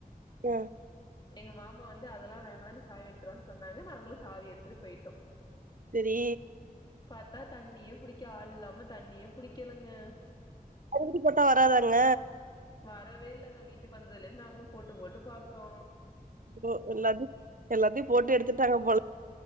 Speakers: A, on the right; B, on the left.
A: அ
B: எங்க மாமா வந்து அதெல்லா வேணா நீ சாவி எடுத்துடுவான் சொன்னாங்க நாங்களு சாவி எட்த்துடு பேய்ட்டோ
A: செரி
B: பாத்தா தண்ணியே புடிக்க ஆள் இல்லாம தண்ணியே புடிக்கலங்க
A: மறுவுடி போட்டா வராதாங்க
B: வரவே இல்லங்க வீட்டுக் வந்தலன் நாங்குளு போட்டு போட்டு பாக்குறோ
A: ஒ எல்லாது எல்லாத்யு போட்டு எடுத்துட்டாங்க போல